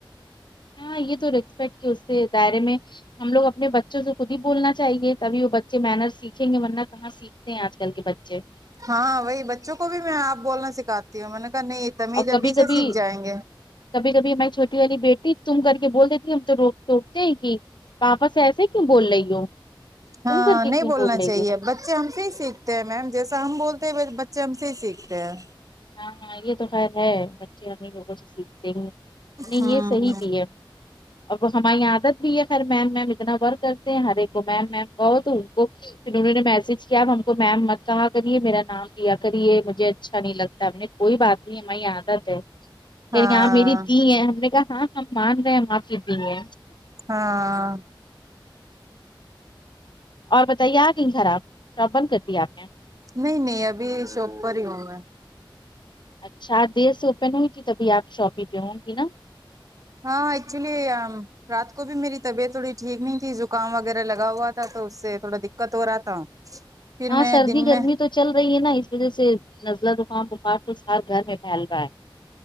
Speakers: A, on the left; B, on the right.
A: ہاں یہ تو رسپیکٹ کہ اس سے دائرے میں ہم لوگ اپنے بچوں سے خود ہی بولنا چاہیے تبھی وہ بچے مننرس سیکھیں گے ورنہ کہاں سیکھتے ہیں آج کل کے بچے
B: ہاں وہی بچوں کو بھی میں آپ بولنا سکھاتی ہوں میں نے کہا نہیں تمیز
A: اور
B: ابھی
A: کبھی
B: سے
A: کبھی
B: سیکھ جائیں گے
A: کبھی کبھی ہماری چھوٹی والی بیٹی تم کر کے بول دیتی ہم تو روکتے ہیں کہ پاپا سے ایسے کیوں بول رہی ہو
B: ہاں
A: تم کر کے
B: نہیں
A: کیوں
B: بولنا
A: بول رہی
B: چاہیے
A: ہو
B: بچے ہم سے ہی سیکھتے ہیں میم جیسا ہم بولتے ہیں بچے ہم سے ہی سیکھتے ہیں
A: ہاں ہاں یہ تو خیر ہے بچے ہمیں لوگوں سے سیکھتے ہی ہیں نی
B: ہوں
A: یہ صحیح دیے اور وہ ہماری عادت بھی ہے خیر میم میم اتنا ورک کرتے ہیں ہر ایک کو میم میم بہت ان کو پھر انہوں نے میسج کیا تو میم مت کہا کریے میرا نام لیا کریے مجھے اچھا نہیں لگتا نے کوئی بات نہیں ہماری عادت ہے
B: ہاں
A: کہ یہاں میری دی ہے ہم نے کہا ہاں ہم <unintelligible> مندہ مات دیے
B: ہاں
A: اور بتائیے آ گی گھر آپ شاپ بند کر دی آپ نے
B: نہیں نہیں ابھی شاپ پر ہی ہوں میں
A: اچھا دیر سے اوپن ہوئی تھی تبھی آپ شاپ ہی پہ ہوں گی نا
B: ہاں ایکچولی رات کو بھی میری طبیعت تھوڑی ٹھیک نہیں تھی زکام وغیرہ لگا ہوا تھا تو اس سے تھوڑا دقت ہو رہا تھا پھر
A: ہاں
B: میں
A: سردی
B: دن
A: گرمی
B: میں
A: تو چل رہی ہے نا اس وجہ سے نزلہ زخام بخار کچھ ہر گھر میں پھیل رہا ہے